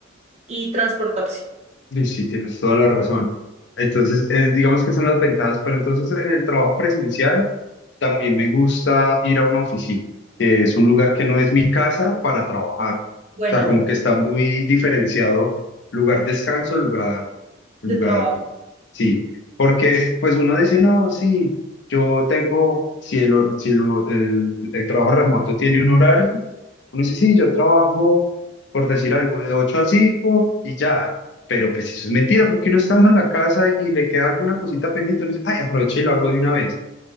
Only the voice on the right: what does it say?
y transportarse,
bueno,
de
trabajo.